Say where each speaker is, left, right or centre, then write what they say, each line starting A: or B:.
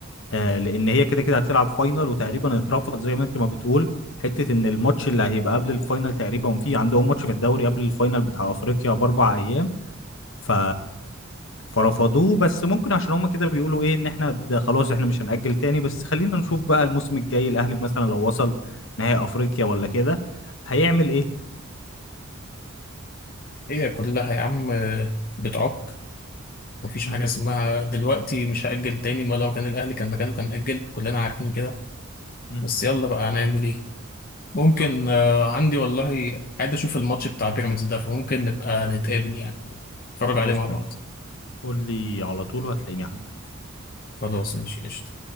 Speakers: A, on the left (about 65°); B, on the left (about 45°).
A: آه لان هي كده كده هتلعب فاينل وتقريبا اترفض زي ما انت ما بتقول حته ان الماتش اللي هيبقى قبل الفاينل تقريبا في عندهم ماتش في الدوري قبل الفاينل بتاع افريقيا باربع ايام ف فرفضوه بس ممكن عشان هما كده بيقولوا ايه ان احنا ده خلاص احنا مش هنأجل تاني بس خلينا نشوف بقى الموسم الجاي الاهلي مثلا لو وصل نهائي افريقيا ولا كده هيعمل ايه
B: هي كلها يا عم بتعك مفيش
A: امم
B: حاجة اسمها دلوقتي مش هأجل تاني ما لو كان الأهلي كان مكانه كان أجل كلنا عارفين كده
A: امم
B: بس يلا بقى هنعمل إيه ممكن
A: صح
B: آه، عندي والله عايز أشوف الماتش بتاع بيراميدز ده فممكن نبقى نتقابل يعني نتفرج
A: خلاص
B: عليه مع بعض
A: ماشي قول لي على طول وهتلاقيني عندك
B: خلاص ماشي قشطة